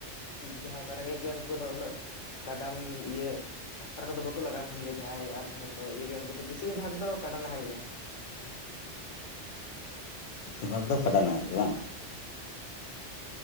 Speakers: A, on the left (about 80°); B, on the left (about 55°).
A: ᱡᱟᱦᱟᱸᱭ ᱠᱚ ᱨᱮᱸᱜᱮᱡ ᱜᱮᱭᱟ ᱩᱱᱠᱩ ᱠᱚᱫᱚ ᱩᱱᱟᱹᱜ ᱠᱟᱰᱟᱱ ᱤᱭᱟᱹ ᱴᱟᱠᱴᱟᱨ ᱠᱚᱫᱚ ᱵᱟᱠᱚ ᱞᱟᱜᱟᱣ ᱛᱟᱦᱮᱱ ᱜᱮᱭᱟ ᱡᱟᱦᱟᱸᱭ ᱟᱨ ᱡᱟᱦᱟᱸᱭ ᱠᱚ ᱤᱭᱟᱹ ᱜᱮᱭᱟ ᱩᱱᱠᱩ ᱫᱚ ᱵᱤᱥᱤᱨ ᱵᱷᱟᱜᱽ ᱫᱚ ᱠᱟᱰᱟ ᱱᱟᱦᱮᱞ ᱜᱮ᱾
B: ᱵᱮᱥᱤᱨ ᱵᱷᱟᱜ ᱫᱚ ᱠᱟᱰᱟ ᱱᱟᱦᱮᱞ ᱜᱮ ᱵᱟᱝ?